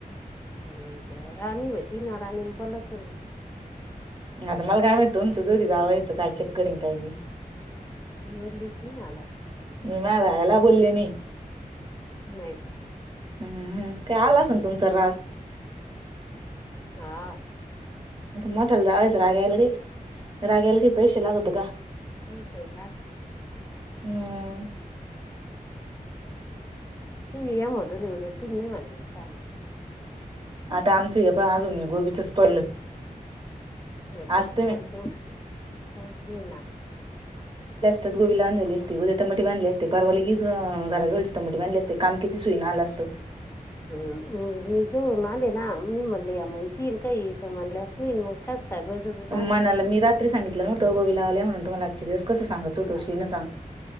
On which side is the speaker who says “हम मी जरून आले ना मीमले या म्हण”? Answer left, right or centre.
Left